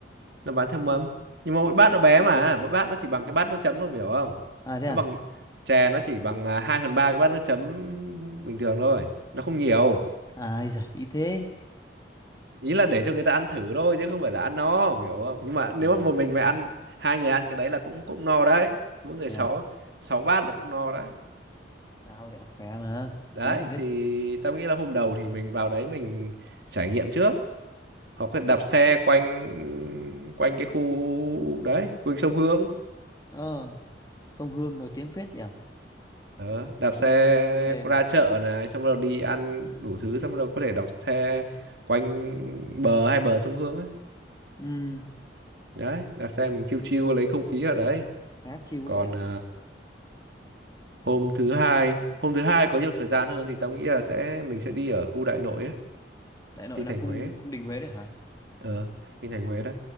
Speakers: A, on the right; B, on the left.
A: nó bán theo mâm nhưng mà mỗi bát nó bé mà mỗi bát nó chỉ bằng cái bát nước chấm thôi mày hiểu không
B: À thế
A: nó bằng
B: à?
A: chè nó chỉ bằng à, hai phần ba cái bát nước chấm bình thường thôi nó không nhiều
B: À ai giời, ý thế.
A: ý là để cho người ta ăn thử thôi chứ không phải là ăn no em hiểu không nhưng mà nếu
B: À,
A: mà một mình mà ăn hai người ăn cái đấy là cũng cũng no đấy mỗi người
B: thế
A: sáu
B: à?
A: sáu bát là cũng no đấy
B: Tao thì ăn khỏe mà,
A: đấy
B: tí là hết.
A: thì tao nghĩ là hôm đầu thì mình vào đấy mình trải nghiệm trước hoặc là đạp xe quanh quanh cái khu đấy quanh sông Hương
B: Ờ, sông Hương nổi tiếng phết nhỉ?
A: Ờ, đạp
B: Sông
A: xe
B: Hương êm đềm.
A: ra chợ này xong rồi đi ăn đủ thứ xong rồi có thể đạp xe quanh bờ hai bờ sông Hương ấy
B: Ừ,
A: đấy đạp xe mình chiêu chiêu lấy không khí ở đấy
B: khá chill
A: còn
B: ấy nhỉ?
A: à, hôm thứ hai hôm thứ hai có nhiều thời gian hơn thì tao nghĩ là sẽ mình sẽ đi ở khu đại nội ấy,
B: Đại nội
A: kinh
B: là
A: thành
B: cung
A: Huế
B: cung đình Huế đấy hả?
A: ờ kinh thành Huế đấy